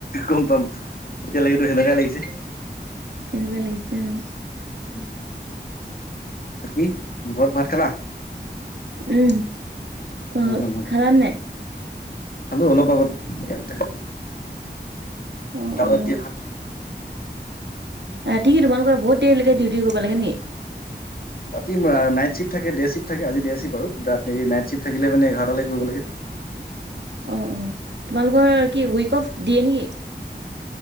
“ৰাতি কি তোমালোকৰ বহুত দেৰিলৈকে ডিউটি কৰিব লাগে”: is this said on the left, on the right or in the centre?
Right